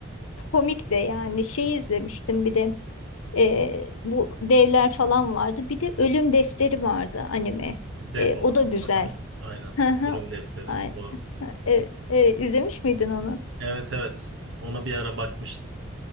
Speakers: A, on the left (about 80°); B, on the right (about 60°).
A: komik de yani şey izlemiştim bir de e, bu devler falan vardı. Bir de Ölüm Defteri vardı anime.
B: Death
A: E,
B: Note.
A: o da güzel.
B: Aha, aynen.
A: <laughs> Hı hı.
B: Bölüm defteri.
A: Aynen.
B: Doğru.
A: E, e, izlemiş miydin onu?
B: Evet evet. Ona bir ara bakmıştım.